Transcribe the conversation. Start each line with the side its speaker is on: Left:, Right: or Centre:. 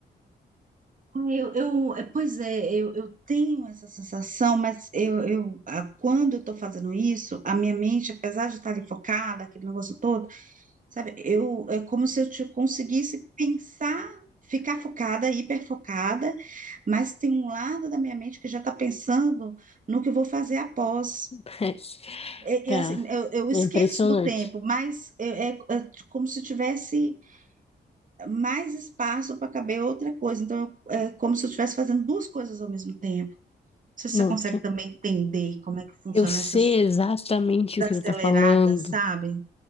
Right: Eu, eu, é, pois é, eu, eu tenho essa sensação, mas eu, eu, a- quando eu estou fazendo isso, a minha mente, apesar de estar ali focada, aquele negócio todo, sabe, eu, é como se eu te conseguisse pensar, ficar focada, hiperfocada, mas tem um lado da minha mente que já está pensando no que eu vou fazer após.
Left: <laughs>
Right: é-
Left: Cara,
Right: é assim, eu, eu esqueço
Left: é impressionante.
Right: do tempo, mas é, é- é como se tivesse mais espaço para caber outra coisa. Então, eu- é como se eu estivesse fazendo duas coisas ao mesmo tempo. Não sei se
Left: Não,
Right: você consegue também entender como é que funcionam
Left: eu sei
Right: essas
Left: exatamente
Right: desaceleradas,
Left: o que tu tá falando.
Right: sabe?